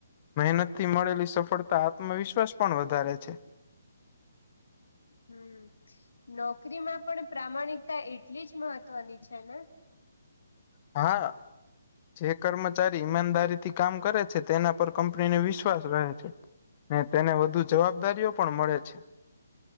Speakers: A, on the left; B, on the left.
A: મહેનત થી મળેલી સફળતા તમાં વિશ્વાસ પણ વધારે છે
B: હમ નોકરીમાં પણ પ્રામાણિકતા એટલી જ મહત્વની છે ને
A: હા જે કર્મચારી ઈમાનદારીથી કામ કરે છે તેના પર કંપનીને વિશ્વાસ રહે છે અનેને તેને વધુ જવાબદારીઓ પણ મળે છે